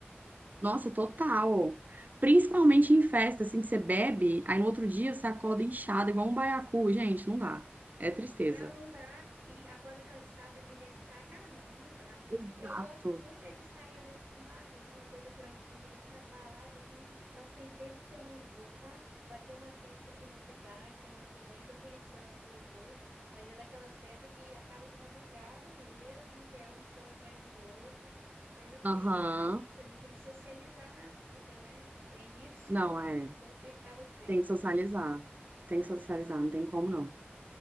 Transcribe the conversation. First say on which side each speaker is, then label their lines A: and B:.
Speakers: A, on the right; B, on the right.
A: nossa, total. Principalmente em festa, assim, que você bebe, aí no outro dia você acorda inchado, igual um baiacu. Gente, não dá. É tristeza.
B: Não, não dá. E acorda cansada de ressaca. Ah, não, não dá.
A: Exato.
B: Eu gosto muito é de sair, às vezes, com um barzinho, uma coisa tranquila, sabe? Balada, assim. Nós tem tempos que eu não vou, tá? Vai ter uma festa aqui na cidade semana que vem, tô pensando se eu vou, mas é daquelas festas que acaba de madrugada mesmo, que é um show atrás do outro. Mas, assim,
A: Aham.
B: a gente também tem que socializar na vida, né? Tem isso.
A: Não,
B: <laughs>
A: é.
B: Então, tem, acaba que tem
A: Tem
B: que
A: que
B: ir.
A: socializar. Tem que socializar, não tem como não.